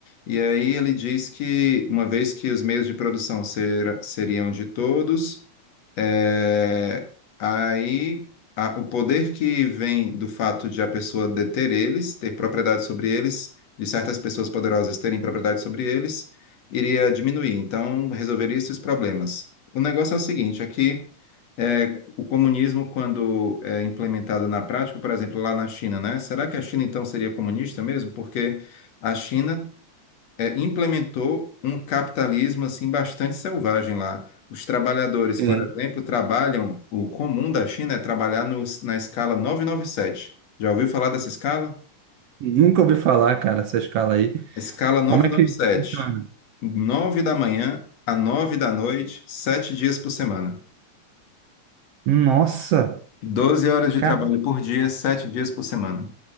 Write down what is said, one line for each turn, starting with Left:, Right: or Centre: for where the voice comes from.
Left: E aí ele diz que, uma vez que os meios de produção ser- seriam de todos, é, aí a- o poder que vem do fato de a pessoa deter eles, ter propriedade sobre eles, de certas pessoas poderosas terem propriedade sobre eles, iria diminuir. Então, resolveria esses problemas. O negócio é o seguinte, aqui é, o comunismo, quando é implementado na prática, por exemplo, lá na China, né? Será que a China então seria comunista mesmo? Porque a China é, implementou um capitalismo assim bastante selvagem lá. Os trabalhadores,
Right: sim.
Left: por exemplo, trabalham, o comum da China é trabalhar nos- na escala 997. Já ouviu falar dessa escala?
Right: Nunca ouvi falar, cara, essa escala aí.
Left: Escala novecentos
Right: Como é que funciona?
Left: e noventa e sete. 9 da manhã a 9 da noite, 7 dias por semana.
Right: Nossa,
Left: doze horas de
Right: cara,
Left: trabalho por dia, 7 dias por semana.